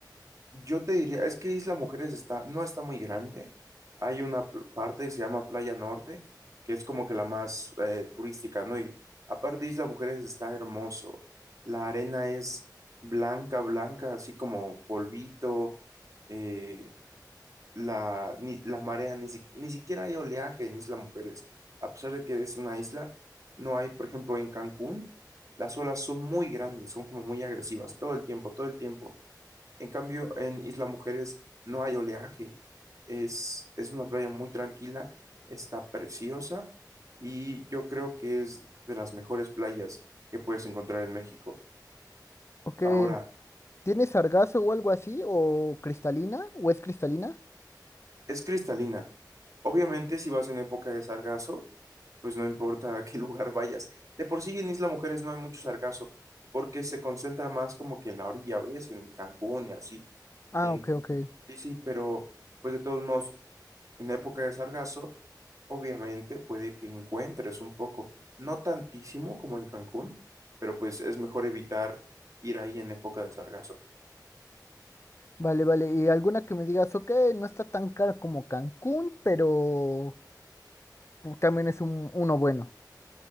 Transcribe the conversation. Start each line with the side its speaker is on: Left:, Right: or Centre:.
Right: Yo te diría, es que Isla Mujeres está, no está muy grande. Hay una pl- parte que se llama Playa Norte, que es como que la más eh, turística, ¿no? Y aparte Isla Mujeres está hermoso. La arena es blanca, blanca, así como polvito. eh, la, ni- la marea, ni, si- ni siquiera hay oleaje en Isla Mujeres. A pesar de que es una isla, no hay, por ejemplo, en Cancún, las olas son muy grandes, son como muy agresivas, todo el tiempo, todo el tiempo. En cambio, en Isla Mujeres no hay oleaje. Es, es una playa muy tranquila, está preciosa y yo creo que es de las mejores playas que puedes encontrar en México.
Left: Ok,
Right: Ahora,
Left: ¿tiene sargazo o algo así? ¿O cristalina? ¿O es cristalina?
Right: es cristalina. Obviamente, si vas en época de sargazo, pues no importa a qué <laughs> lugar vayas. De por sí en Isla Mujeres no hay mucho sargazo porque se concentra más como que en la orilla, ¿ves? En Cancún y así.
Left: Ah,
Right: En,
Left: ok, ok.
Right: sí, sí, pero pues de todos modos, en época de sargazo Obviamente puede que encuentres un poco, no tantísimo como en Cancún, pero pues es mejor evitar ir ahí en época de sargazo.
Left: Vale, vale. Y alguna que me digas, ok, no está tan cara como Cancún, pero pu- también es un, uno bueno.